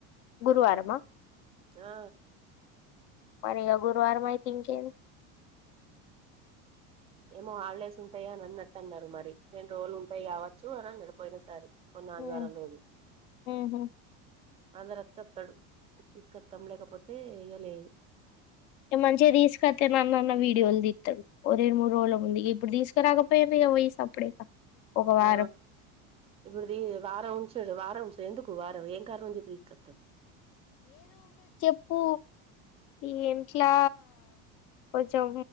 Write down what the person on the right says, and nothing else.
ఆ
ఏమో హాలిడేస్ ఉంటాయాని అని అనట్టు అన్నారు మరి రెండ్ రోజులు ఉంటాయి కావచ్చు అని అన్నడు పోయిన సారి మొన్న ఆదివారం
రోజు
అందరు వత్తే వత్తడు తీసుకత్తం లేకపోతే ఇగ లేదు
ఆ ఇప్పుడు ది వారం <unintelligible> వారం ఉచ్ ఎందుకు వారం ఏం కారణం చెప్పి తిస్కోత్తవ్